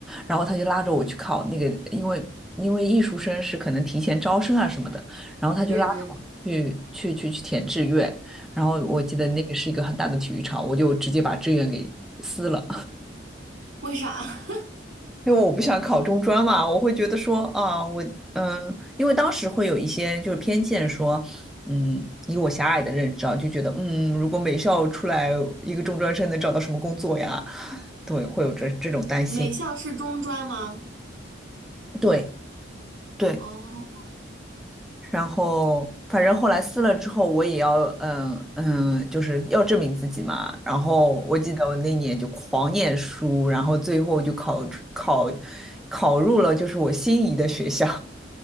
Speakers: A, in the centre; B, on the right.
A: 然后她就拉着我去考那个，因为因为艺术生是可能提前招生啊什么的，然后她就拉着我去去去去填志愿，
B: 对对，
A: 然后我记得那个是一个很大的体育场，我就直接把志愿给撕了。
B: 为啥？
A: 因为我不想考中专嘛，我会觉得说啊，我嗯，因为当时会有一些就是偏见说，嗯，以我狭隘的认知啊，就觉得嗯，如果美校出来一个中专生能找到什么工作呀？对，会有这这种担心。
B: <laughs> 美校是中专吗？
A: 对对，
B: 哦，
A: 然后反正后来撕了之后，我也要嗯嗯，就是要证明自己嘛。然后我记得我那年就狂念书，然后最后就考考考入了就是我心仪的学校。